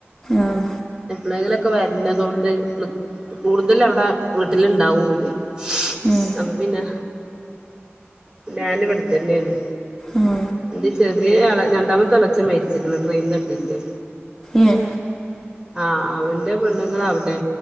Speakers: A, in the centre; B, on the right (about 25°).
A: ആഹ്
B: ളങ്കിലൊക്കെ വരുന്നതൊണ്ട് കൂടുതലും അവിടെ വീട്ടില് ഇണ്ടാവൂല്ല
A: ഉം
B: അപ്പൊ പിന്നെ ഞാൻ ഇവിടെ തന്നെയാണ്
A: ഉം
B: എന്റെ ചെറിയ രണ്ടാമത്തെ അളച്ച മരിച്ചിരിക്കണ് ട്രെയിൻ തട്ടിട്ട്
A: ഏഹ്
B: ആഹ് അവന്റെ പെണ്ണുങ്ങളാ അവിടെ